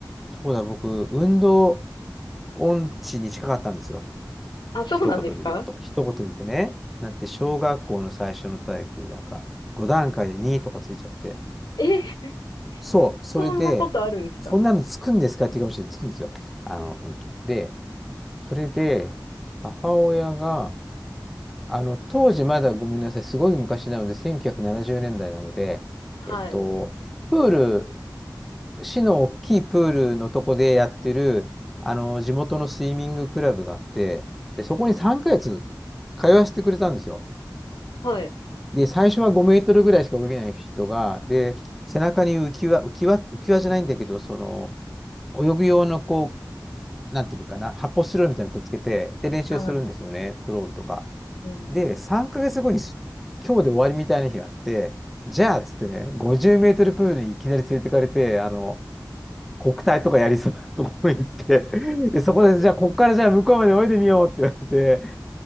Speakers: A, in the centre; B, on the left (about 75°).
A: そうだ、僕、運動音痴に近かったんですよ。
B: あ、そうなんですか
A: 一言で言うと。一言で言うとね。なんて、小学校の最初の体育、なんか、5段階で2とかついちゃって。
B: え、<laughs>
A: そう、それで、
B: そんなことあるんですか
A: そんなのつくんですかって言うかもしれない。つくんですよ。あの、うん。で、それで、母親が、あの、当時まだごめんなさい、すごい昔なので、1970年代ななじゅうねんだいなので、
B: はい。
A: えっと、プール市の大きいプールのとこでやってる、あの、地元のスイミングクラブがあって、で、そこに3ヶ月通わせてくれたんですよ。
B: はい。
A: で、最初は5メートルぐらいしか泳げない人が、で、背中に浮き輪、浮き輪、浮き輪じゃないんだけど、その、泳ぐ用のこう、なんていうのかな、発泡スチロールみたいなのくっつけて、で、練習するんですよね、
B: は
A: クロールとか。
B: い。うん。
A: で、3ヶ月後にす、今日で終わりみたいな日があって、じゃあ、っつってね、50メートルプールにいきなり連れてかれて、あの、国体とかやりそうなところに行って、<laughs> で、そこで、
B: えー
A: じゃあ、こっからじゃあ、向こうまで泳いでみようって言われて、